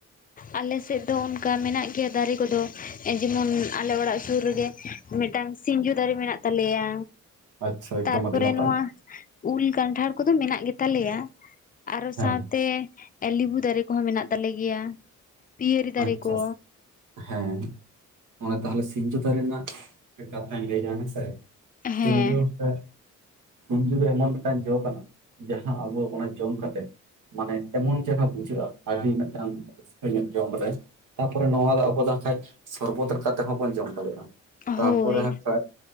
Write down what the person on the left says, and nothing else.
ᱟᱞᱮ ᱥᱮᱫ ᱫᱚ ᱚᱱᱠᱟ ᱢᱮᱱᱟᱜ ᱜᱮᱭᱟ ᱫᱟᱨᱮ ᱠᱚᱫᱚ ᱡᱮᱢᱚᱱ ᱟᱞᱮ ᱚᱲᱟᱜ ᱥᱩᱨ ᱨᱮᱜᱮ ᱢᱤᱫᱴᱟᱝ ᱥᱤᱸᱡᱩ ᱫᱟᱨᱮ ᱢᱮᱱᱟᱜ ᱛᱟᱞᱮᱭᱟ᱾
ᱛᱟᱨᱯᱚᱨᱮ
ᱱᱚᱣᱟ ᱩᱞ ᱠᱟᱱᱴᱷᱟᱲ ᱠᱚᱫᱚ ᱢᱮᱱᱟᱜ ᱜᱮ ᱛᱟᱞᱮᱭᱟ᱾ ᱟᱨᱚ
ᱥᱟᱶᱛᱮ ᱞᱤᱵᱩ ᱫᱟᱨᱮ ᱠᱚᱦᱚᱸ ᱢᱮᱱᱟᱜ ᱛᱟᱞᱮ ᱜᱮᱭᱟ᱾ ᱯᱤᱭᱟᱹᱨᱤ ᱫᱟᱨᱮ
ᱠᱚ
ᱦᱮᱸ
ᱦᱳᱭ